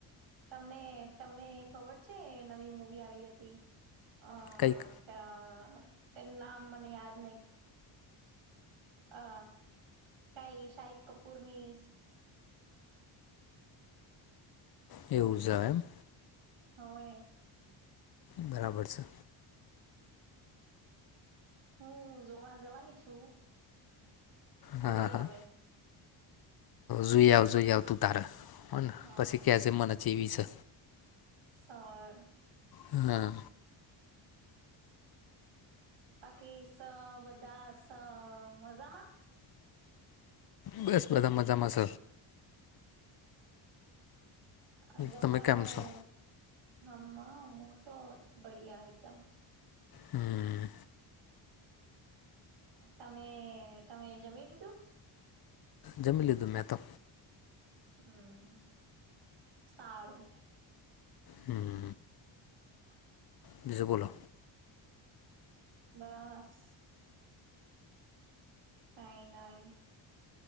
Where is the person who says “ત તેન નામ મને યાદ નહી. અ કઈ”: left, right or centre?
Right